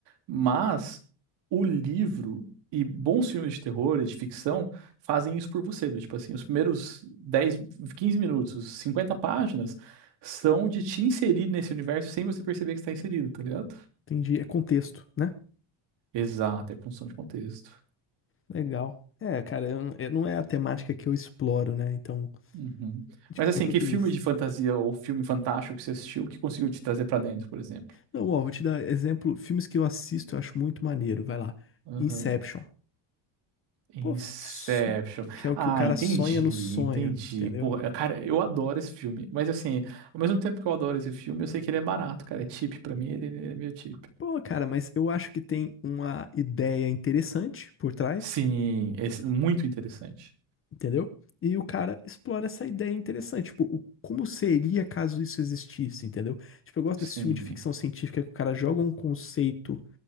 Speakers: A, on the right; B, on the left.
A: Mas o livro e bons filmes de terror e de ficção fazem isso por você. do tipo assim, os primeiros 10, 15 minutos, os 50 páginas, são de te inserir nesse universo sem você perceber que está inserido, tá ligado?
B: entendi. É contexto, né?
A: Exato, é construção de contexto.
B: Legal. É, cara, eu- eu- não é a temática que eu exploro, né? Então,
A: Uhum.
B: tipo,
A: Mas assim,
B: é o que
A: que
B: eu te
A: filme
B: disse.
A: de fantasia ou filme fantástico que você assistiu que conseguiu te trazer pra dentro, por exemplo?
B: Não, ó, vou te dar exemplo. Filmes que eu assisto, eu acho muito maneiro. Vai lá.
A: Uhum.
B: Inception.
A: Inception.
B: Pô, su- que é o
A: Ah,
B: que o cara
A: entendi,
B: sonha no sonho,
A: entendi.
B: entendeu?
A: Pô, é, cara, eu adoro esse filme. Mas assim, ao mesmo tempo que eu adoro esse filme, eu sei que ele é barato, cara. É cheap pra mim, ele, ele é meio cheap.
B: Pô, cara, mas eu acho que tem uma ideia interessante por trás.
A: Sim, esse- muito interessante.
B: entendeu? E o cara explora essa ideia interessante, tipo, o, como seria caso isso existisse, entendeu? Tipo, eu gosto
A: Sim.
B: desse filme de ficção científica que o cara joga um conceito